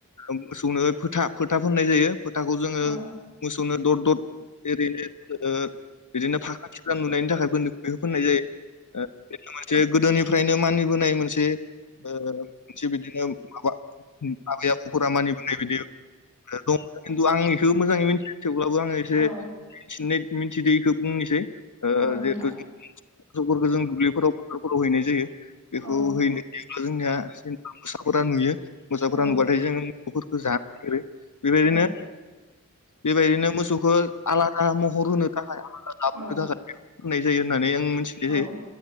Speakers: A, on the left; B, on the right.
A: मोसौनो फोथा फोथा फोननाय जायो। फोथाखौ जोङो
B: औ
A: मोसौनो दर दर ओरैनो ओ बिदिनो फाखा थुख्रा नुनायनि थाखाय बेखौ फोननाय जायो। बेनो मोनसे गोदोनिफ्रायनो मानिबोनाय मोनसे ओ मोनसे बिदिनो माबा आबै आबौफोरा मानिबोनाय बादि दं खिन्थु आं बेखौ मोजाङै मिथिया थेवब्लाबो आङो एसे
B: औ
A: मिथिनाय मिथिदों इखौ बुंनोसै ओ
B: औ नोंथां
A: जिहेथु जों मोसौफोरखौ जों दुब्लिफोराव फथारफोराव हैनाय जायो। बेखौ
B: औ
A: हैनो जोंनिया जेनबा मोसाफोरा नुयो। फोरा
B: औ
A: नुब्लाथाय जोङो मोसौफोरखौ जानो नागिरो बेबायदिनो
B: औ
A: बेबायदिनो मोसौखौ आलादा महर होनो थाखाय आलादा लाबोनो
B: औ
A: थाखाय बेखौ फुननाय जायो होननानै आं मिथिनाय
B: औ
A: जायो।